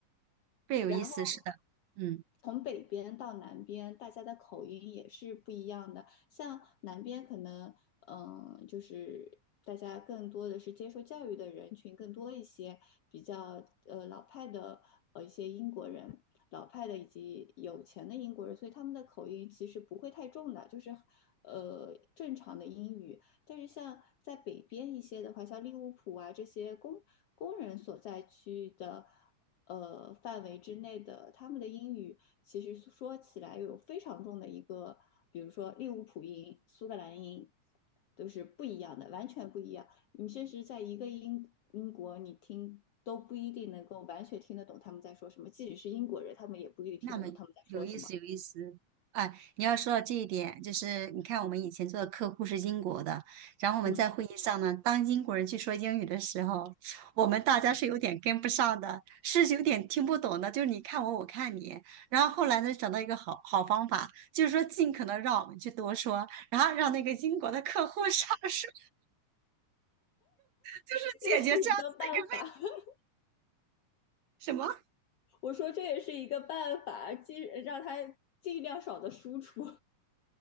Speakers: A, on the right (about 65°); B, on the left (about 70°).
A: 这有意思，
B: 然后。
A: 是的，嗯。
B: 从北边到南边，大家的口音也是不一样的。像南边可能，嗯，就是大家更多的是接受教育的人群更多一些，比较呃老派的呃一些英国人，老派的以及有钱的英国人，所以他们的口音其实不会太重的，就是呃正常的英语。但是像在北边一些的话，像利物浦啊这些工工人所在区的。呃范围之内的，他们的英语其实说起来有非常重的一个，比如说利物浦音、苏格兰音，都是不一样的，完全不一样。你甚至在一个英英国，你听都不一定能够完全听得懂他们在说什么，即使是英国人，他们也不一定听得懂他们在说什么。
A: 那么有意思，有意思。哎，你要说到这一点，就是你看我们以前做的客户是英国的，然后我们在会议上呢，
B: 嗯，
A: 当英国人去说英语的时候，我们大家是有点跟不上的，是有点听不懂的，就是你看我，我看你。然后后来呢，找到一个好好方法，就是说尽可能让我们去多说，然后让那个英国的客户少 <laughs> 说，就是解决这样子的一个问
B: 这是一个办法，<laughs>
A: 什么？
B: 我说这也是一个办法，尽让他尽量少的输出。